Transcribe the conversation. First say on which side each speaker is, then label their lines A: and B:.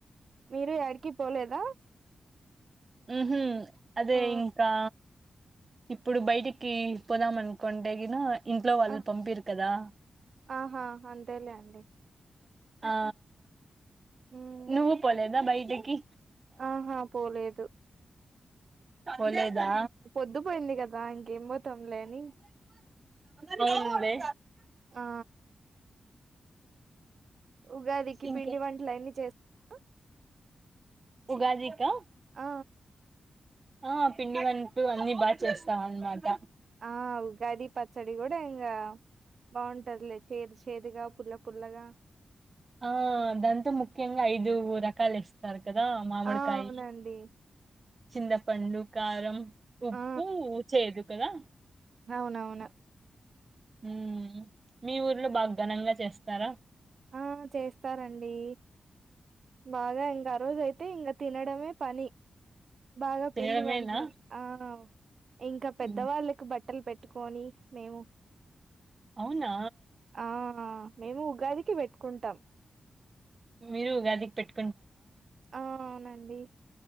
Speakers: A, on the right; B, on the right.
A: మీరు ఎడికి పోలేదా
B: ఉహ్మ్ అదే
A: ఆ
B: ఇంకా ఇప్పుడు బయటికి పోదాంనుకోంటేగిన ఇంట్లో వాళ్ళు
A: ఆ
B: పంపిరు కదా
A: ఆహా అంతేలే అండి
B: ఆ
A: ఉమ్
B: నువ్వు పోలేదా బయటకి
A: ఆహా పోలేదు
B: పోలేదా
A: పొద్దుపోయింది కదా ఇంకేం పోతాంలే అని
B: పోనులే
A: ఆ ఉగాదికి
B: ఇంకా
A: పిండి వంటలు అన్ని చేస్తారు
B: ఉగాదిక
A: ఆ
B: ఆ పిండి వంటలు అన్ని బా చేస్తామన్నమాట.
A: ఆ ఉగాది పచ్చడి కూడ ఇంగా, బాగుంటదిలే చేదు చేదుగా, పుల్ల పుల్లగా.
B: ఆ దాంతో ముఖ్యంగా ఐదు రకాలేస్తారు. కదా! మామిడికాయి,
A: ఆ అవునండి
B: చింతపండు, కారం, ఉప్పు,
A: ఆ
B: చేదు కదా!
A: అవునవును.
B: మ్ మీ ఊర్లో బాగ ఘనంగా చేస్తారా?
A: ఆ చేస్తారండి. బాగా ఇంక ఆ రోజ అయితే, ఇంక తినడమే పని. బాగ
B: తినడమేనా
A: పిండి వంటలు. ఆ ఇంకా పెద్దవాళ్ళకి
B: మ్మ్.
A: బట్టలు పెట్టుకొని, మేము
B: అవునా!
A: ఆ మేము ఉగాదికి పెట్టుకుంటాం
B: మీరు ఉగాదికి పెట్
A: ఆ అవునండి.